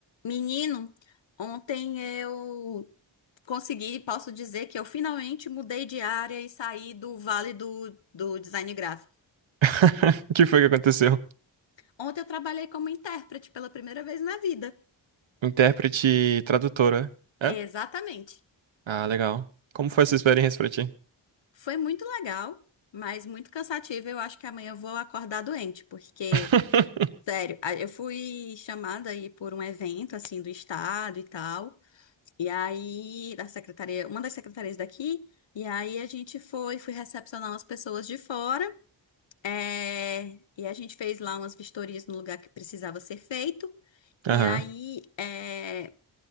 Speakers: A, on the left (about 65°); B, on the right (about 70°).
A: Menino, ontem eu consegui, posso dizer que eu finalmente mudei de área e saí do vale do, do design gráfico.
B: <laughs> O que foi que aconteceu?
A: Ontem eu trabalhei como intérprete pela primeira vez na vida.
B: Intérprete e tradutora. É?
A: Exatamente.
B: Ah, legal. Como foi essa experiência pra ti?
A: Foi muito legal, mas muito cansativo. Eu acho que amanhã eu vou acordar doente, porque,
B: <laughs>
A: sério, a- eu fui chamada aí por um evento, assim, do estado e tal. E aí, da secretaria, uma das secretarias daqui. E aí a gente foi, fui recepcionar umas pessoas de fora. É, e a gente fez lá umas vistorias no lugar que precisava ser feito. E
B: Aham.
A: aí, é,